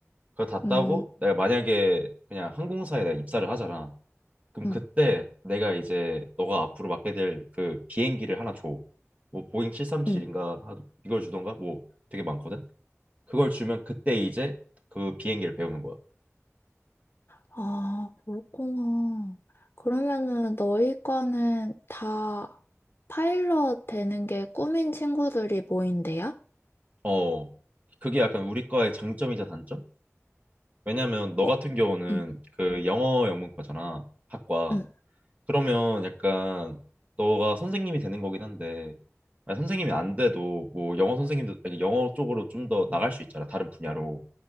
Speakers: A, on the right (about 30°); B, on the left (about 45°).
A: 그거 다
B: 응,
A: 따고 내가 만약에 그냥 항공사에 내가 입사를 하잖아. 그럼
B: 응,
A: 그때 내가 이제 너가 앞으로 맡게 될 그 비행기를 하나 줘. 뭐 보잉 737인가
B: 응.
A: 이걸 주던가 뭐 되게 많거든. 그걸 주면 그때 이제 그 비행기를 배우는 거야.
B: 아, 그렇구나. 그러면은 너희 과는 다 파일럿 되는 게 꿈인 친구들이 모인대요?
A: 어. 그게 약간 우리 과의 장점이자 단점? 왜냐면 너
B: 어?
A: 같은 경우는
B: 응,
A: 그 영어 영문과잖아, 학과.
B: 응,
A: 그러면 약간 너가 선생님이 되는 거긴 한데 아니, 선생님이 안 돼도 뭐 영어 선생님도 아니, 영어 쪽으로 좀 더 나갈 수 있잖아, 다른 분야로.